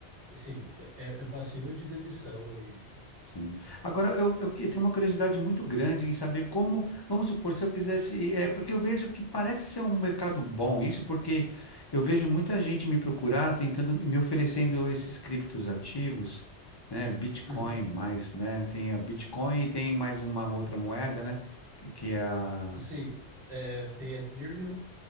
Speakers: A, on the right; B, on the left.
A: assim, é, é passível de demissão e
B: Sim. Agora, eu, eu, que- eu tenho uma curiosidade muito grande em saber como, vamos supor, se eu quisesse, é, porque eu vejo que parece ser um mercado bom isso, porque eu vejo muita gente me procurar, tentando, me oferecendo esses criptos ativos, né, Bitcoin
A: Uhum.
B: mais, né, tem a Bitcoin e tem mais uma outra moeda, né, que, que é a,
A: Sim, é, tem Ethereum,